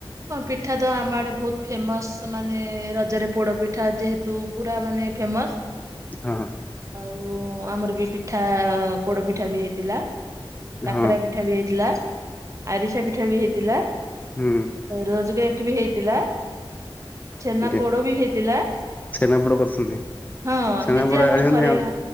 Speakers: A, on the right (about 35°); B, on the left (about 20°).
A: ହଁ ପିଠା ତ ଆମଡେ ବୋହୁତ ଫେମସ, ମାନେ ରଜରେ ପୋଡପିଠା ଯେହେତୁ ପୁରା ମାନେ ଫେମସ।
B: ହଁ।
A: କୁ ଆମର ବି ପିଠା ପୋଡ ପିଠା ବି ହେଇଥିଲା, କାକରା
B: ହଁ
A: ପିଠା ବି ହେଇଥିଲା। ଆରିସା ପିଠା ବି ହେଇଥିଲା।
B: ହୁଁ।
A: ରୋଜକେକ୍ ବି ହେଇଥିଲା, ଛେନା
B: ଆଜ୍ଞା
A: ପୋଡ ବି ହେଇଥିଲା।
B: ଛେନାପୋଡ କରୁଛନ୍ତି,
A: ହଁ
B: ଛେନାପୋଡ
A: ନିଜେ ଆମର
B: ଆଣିଛନ୍ତି
A: ଘରେ
B: ଆଉ